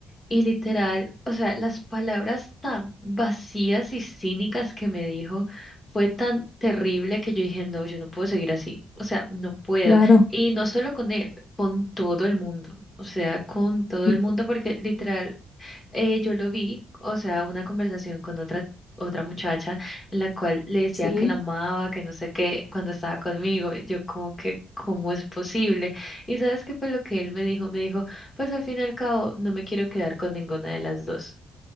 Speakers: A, on the left; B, on the left.
A: y literal, o sea, las palabras tan vacías y cínicas que me dijo fue tan terrible que yo dije, no, yo no puedo seguir así, o sea, no puedo.
B: Claro,
A: Y no solo con él, con todo el mundo, o sea, con todo
B: sí,
A: el mundo, porque literal eh, yo lo vi, o sea, una conversación con otra, otra muchacha en la cual le decía
B: sí.
A: que la amaba, que no sé qué, cuando estaba conmigo. y Yo como que, ¿cómo es posible? ¿Y sabes qué fue lo que él me dijo? Me dijo, pues al fin y al cabo, no me quiero quedar con ninguna de las dos.